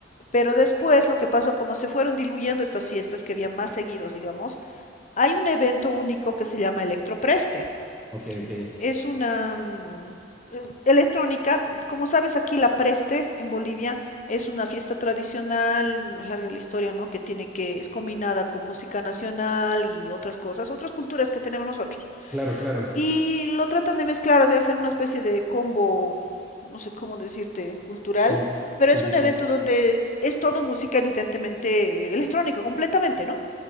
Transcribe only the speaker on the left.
Pero después lo que pasó, como se fueron diluyendo estas fiestas que había más seguidos, digamos, hay un evento único que se llama Electropreste.
Es una mm, eh, electrónica, como sabes aquí la Preste en Bolivia es una fiesta tradicional, mm, larga la historia, ¿no? Que tiene que es combinada con música nacional y otras cosas, otras culturas que tenemos nosotros.
Y lo tratan de mezclar, o sea, hacer una especie de combo, no sé cómo decirte, cultural,
pero
es
un
evento donde es todo música evidentemente electrónica completamente, ¿no?